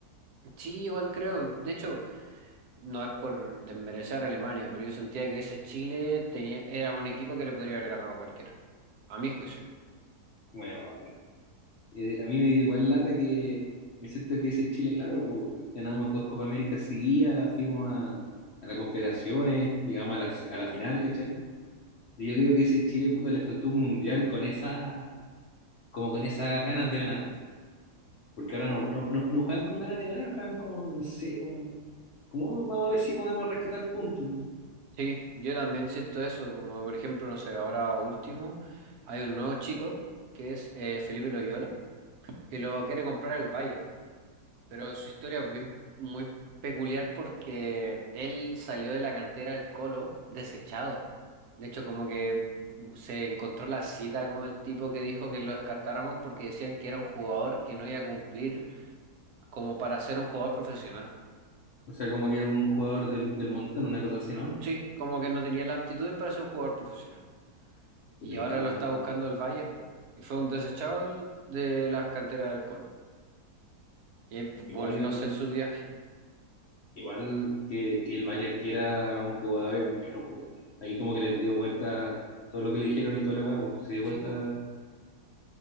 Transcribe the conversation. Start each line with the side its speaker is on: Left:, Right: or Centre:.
Right: Sí, igual creo. De hecho, No es por desmerecer a Alemania, pero yo sentía que ese Chile tenía, era un equipo que le podría haber ganado a cualquiera, a mi juicio.
Left: Bueno, eh, a mí me dio igual lata que, me que ese Chile, claro, pues, ganamos dos Copa América seguidas, fuimos a, a la Confederaciones, llegamos a la, a la final, ¿cachai? Y Yo creo que ese Chile, puta, le faltó un mundial con esa, como con esas ganas de ganar, weón. Porque ahora no, no, no, no juegan con ganas de ganar, juegan como, no sé, weón. ¿Cómo vamos a ver si podemos rescatar puntos,
Right: Sí, yo también siento eso, como por ejemplo, no sé, ahora último, hay un nuevo chico que es eh, Felipe Loyola, que lo quiere comprar el Bayern. Pero su historia es bien, muy peculiar porque él salió de la cantera del Colo desechado. De hecho, como que se encontró la cita como el tipo que dijo que lo descartáramos porque decían que era un jugador que no iba a cumplir como para ser un jugador profesional.
Left: O sea, como que era un jugador del, del montón, una cosa así, ¿no?
Right: Sí, como que no tenía la aptitud para ser un jugador profesional.
Left: Qué
Right: Y
Left: penca
Right: ahora
Left: cuando...
Right: lo está buscando el Bayern, po. Y fue un desechado del- de las canteras del Colo. Y ahí, pues,
Left: Igual,
Right: volvió a hacer su viaje.
Left: igual que, que el Bayern quiera un jugador, es bueno, pues bueno. Ahí como que les dio vuelta todo lo que le dijeron y toda la weá, pues, se dio vuelta.
Right: Sí, po.